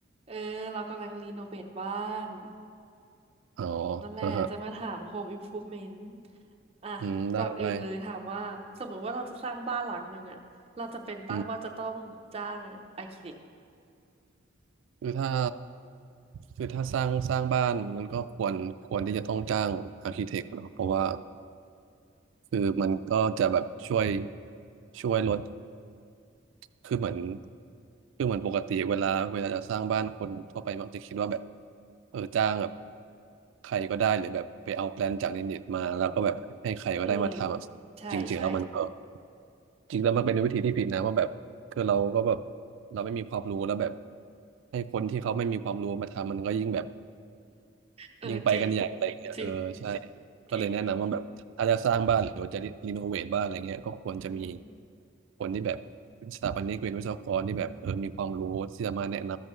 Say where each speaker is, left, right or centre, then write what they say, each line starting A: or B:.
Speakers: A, on the right; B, on the right.
A: เออเรากำลังรีโนเวทบ้าน
B: อ๋อ
A: นั่นแหละจะมาถาม
B: อ่าฮะ
A: Home Improvement อ่ะก่อนอื่นเลยถามว่าสมมติว่าเราจะสร้างบ้านหลังหนึ่งอ่ะเราจำเป็นปะว่าจะต้องจ้างอาร์คิเท
B: อืมได้ได้อืมคือถ้าคือถ้าสร้างสร้างบ้าน มันก็ควรควรที่จะต้องจ้างอาร์คิเทคเนาะเพราะว่า คือมันก็จะแบบช่วยช่วยลดคือเหมือนคือเหมือนปกติเวลาเวลาจะสร้างบ้าน คนทั่วไปมักจะคิดว่าแบบเออจ้างแบบใครก็ได้ หรือแบบไปเอาแปลนจากในเน็ตมา แล้วก็แบบให้ใครก็ได้มาทำอะ
A: อืมใช่ใช่
B: จริงๆแล้วมันก็ จริงแล้วมันเป็นวิธีที่ผิดนะว่าแบบคือเราก็แบบเราไม่มีความรู้แล้วแบบให้คนที่เขาไม่มีความรู้มาทำมันก็ยิ่งแบบ
A: เออจริง
B: ยิ่งไปกันใหญ่อะไรเงี้ยเออใช่
A: จริง
B: ก็เลยแนะนำว่าแบบถ้าจะสร้างบ้านหรือว่าจะรีโนเวทบ้านอะไรเงี้ยก็ควรจะมี
A: จริงอืม
B: คนที่แบบเป็นสถาปนิกเป็นวิศวกรที่แบบเออมีความรู้ที่จะมาแนะน